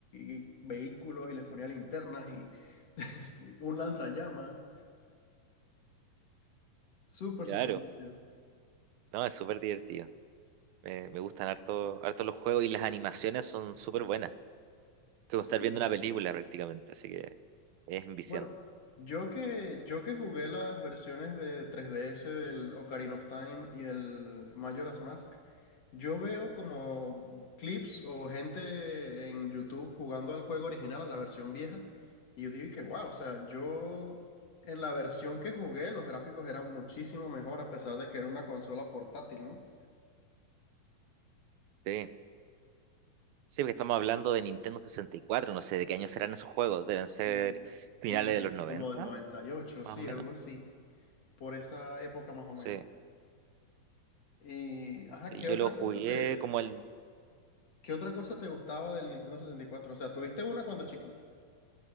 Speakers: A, on the left; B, on the right.
A: y vehículos y les ponía linternas y <laughs> un lanzallamas. Súper,
B: Claro,
A: súper divertido.
B: no, es súper divertido. Me, me gustan harto, harto los juegos y las animaciones son súper buenas. Es
A: Sí,
B: como estar viendo una película prácticamente, así que es enviciante.
A: Bueno, yo que, yo que jugué las versiones de 3DS del Ocarina of Time y el Majora's Mask, yo veo como clips o gente en YouTube jugando al juego original, a la versión vieja, y yo digo que wow, o sea, yo en la versión que jugué los gráficos eran muchísimo mejor a pesar de que era una consola portátil, ¿no?
B: Sí. Sí, porque estamos hablando de Nintendo 64, no sé de qué año serán esos juegos, deben ser
A: Mm. Sí,
B: finales de los 90,
A: como del noventa y ocho,
B: más
A: sí,
B: o menos.
A: algo así, por esa época más o
B: Sí,
A: menos. Y, ajá,
B: sí,
A: ¿qué
B: yo
A: otra
B: lo jugué
A: cosa te,
B: como el...
A: ¿Qué otra cosa te gustaba del Nintendo sesenta y cuatro? O sea, ¿tuviste una cuando chico?